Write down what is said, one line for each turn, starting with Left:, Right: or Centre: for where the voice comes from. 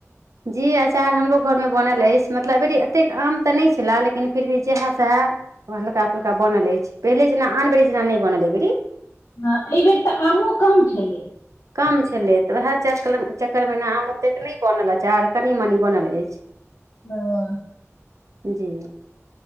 Right: जी अचार हमरो घरमे बनल अछि मतलब अबीरी एतेक आम तऽ नहि छलए लेकिन फिर भी जएह सएह। ओ हल्का फुल्का बनल अछि पहिले जेना आन बेरी जेना नहि बनल अइ बेरी।
Left: ह एहिबेर तऽ आमो कम छलै
Right: कम छलै तऽ उएह चक चक्करमे न आम ओते कऽ नहि बनल अछि आर कनि मनी बनल अछि <inaudible>
Left: ह।
Right: जी।